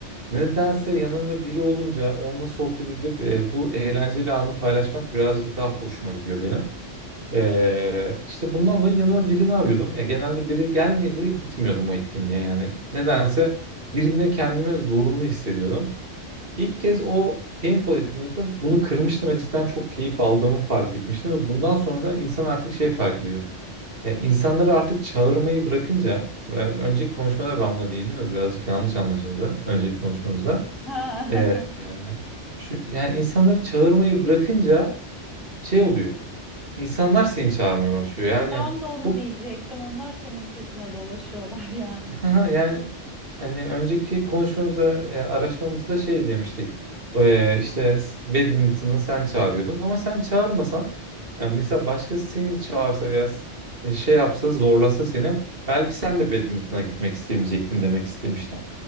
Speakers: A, on the right; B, in the centre.
A: nedense yanımda biri olunca onunla sohbet edip e, bu eğlenceli anı paylaşmak birazcık daha hoşuma gidiyor benim. Ee, işte bundan dolayı yanıma birini arıyordum. Ya genelde biri gelmeyince de gitmiyordum o etkinliğe yani. Nedense birinde kendime zorunlu hissediyordum. İlk kez o paintball etkinlikte bunu kırmıştım ve cidden çok keyif aldığımı fark etmiştim ve bundan sonra da insan artık şey fark ediyor. Ya insanları artık çağırmayı bırakınca ve önceki konuşmada ben buna değindim ve birazcık yanlış anlaşıldı önceki konuşmamızda.
B: <laughs>
A: Ee, şu, yani insanları çağırmayı bırakınca şey oluyor. İnsanlar seni çağırmaya başlıyor. Yani
B: Tam da onu
A: çok
B: diyecektim. Onlar senin peşine dolaşıyorlar <laughs> yani.
A: Ha, yani hani önceki konuşmamızda, e, araşmamızda şey demiştik. E, işte s- badminton'ı sen çağırıyordun ama sen çağırmasan yani mesela başkası seni çağırsa veya s- e, şey yapsa zorlasa seni belki sen de badminton'a gitmek istemeyecektin demek istemiştim.